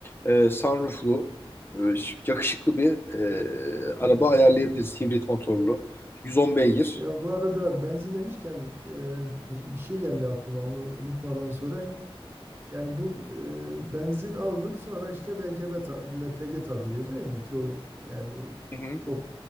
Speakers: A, on the left; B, on the right.
A: e, sunrooflu, e, yakışıklı bir e, araba ayarlayabiliriz. Hibrit motorlu. 110 beygir.
B: Ya bu arada benzin demişken eee, bir, bir şey geldi aklıma onu unutmadan sorayım. Yani bu e, benzin alınıp sonra işte LKB ta- LPG takılıyor değil mi? Çoğu yani
A: Hı hı.
B: çok